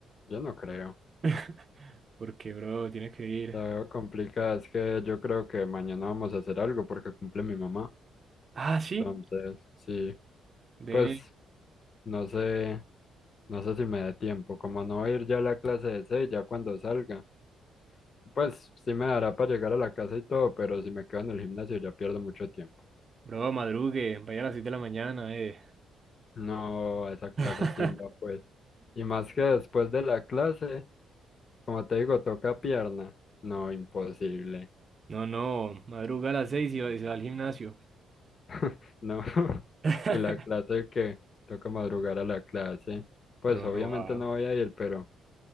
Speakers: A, on the left; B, on the right.
A: Yo no creo.
B: <laughs> Porque, bro, tiene que ir.
A: La veo complicada, es que yo creo que mañana vamos a hacer algo porque cumple mi mamá.
B: Ah, sí.
A: Entonces, sí,
B: Ve,
A: pues no sé, no sé si me da tiempo. Como no voy a ir ya a la clase de seis, ya cuando salga, pues sí me dará para llegar a la casa y todo, pero si me quedo en el gimnasio ya pierdo mucho tiempo.
B: bro, madrugue. Vaya a las 6 de la mañana, eh.
A: No, a esa clase,
B: <laughs>
A: ¿quién va pues? Y más que después de la clase. Como te digo, toca pierna. No, imposible.
B: No, no. Madruga a las 6 y va- y se va al gimnasio.
A: <laughs> No. <laughs>
B: <laughs>
A: Y la clase que toca madrugar a la clase. Pues
B: No,
A: obviamente
B: no va.
A: no voy a ir, pero,